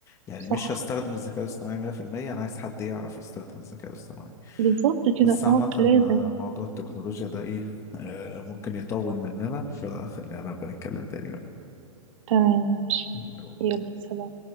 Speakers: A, on the left; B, on the right.
A: يعني
B: صح
A: مش هستخدم الذكاء الاصطناعي 100% أنا عايز حد يعرف يستخدم الذكاء الاصطناعي
B: بالظبط
A: بس
B: كده
A: عامة
B: اه لازم
A: آه، موضوع التكنولوجيا ده ايه آه، ممكن يطول مننا فخلينا نبقى نتكلم تاني
B: تمام ماشي
A: بقى
B: يلا سلام